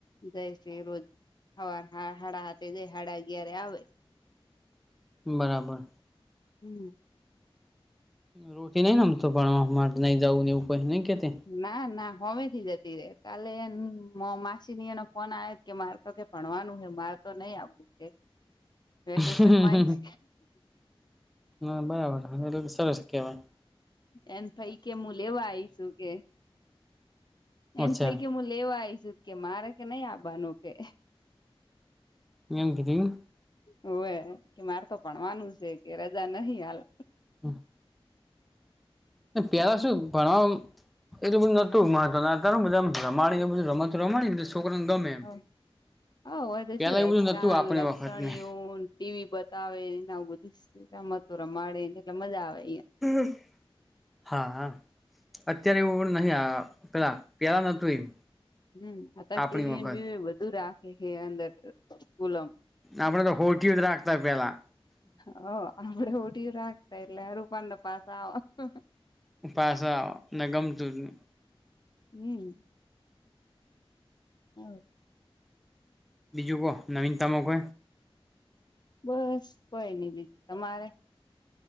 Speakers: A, on the left (about 45°); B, in the centre.
A: જાય છે રોજ હવાર હાડા હાથે જાય હાડા અગિયારે આવે
B: બરાબર
A: હમ્મ
B: રોટી નહીં આમ ભણવા મારે નઈ જવું એવુંઈ નઈ કેતી
A: ના ના હોમેથી જતી રે કાલે માસીની એનો ફોન આયોતો કે મારે તો કે ભણવાનું હ મારે તો નઈ આવવું કે વેકેશનમાં
B: હમ્મ
A: આઈશ
B: હા બરાબર એટલે સરસ કેહેવાય
A: એમ થાય કેમું લેવા આઈશું કે એને
B: અચ્છા
A: ફાઈ કે મું લેવા આઈશું કે મારે કે નહી આવવાનું કે
B: એ મ કીધું એમ
A: રોવે કે મારે તો ભણવાનું છે કે રજા નહી હાલે
B: હમ્મ પેલા શું ભણવા એટું બધું નોતું ના તાર બધા રમાણીને બધું રમતું રમાણી બધ છોકરા ને ગમે એમ
A: હ હ હોય તો
B: પેલા
A: શું
B: એવું
A: હચકાન
B: બધું નતું આપણી
A: લક્ષણયુંન
B: વખત ને
A: ટીવી બતાવે ને આવું બધું રમતો રમાડે ને કે મજા આવે
B: હમ્મ હા અત્યારે એવું નહીં આવે પેલા પેલા નોતું એમ
A: હમ્મ અતા
B: આપણી
A: ટીવી
B: વખત
A: અને બીવી બધું રાખે છે અંદર સ્કૂલો
B: આપડે તો હોટીયું જ રાખતા પેલા
A: હ આપડે ઓઢું રાખતા એટલે રૂપાણને પાસા આવેવા
B: પાસ આવ ને ગમતું ની
A: હમ્મ હ
B: બીજું કોહો નવીનતામાં કો
A: બસ કોઈ નહી દી તમારે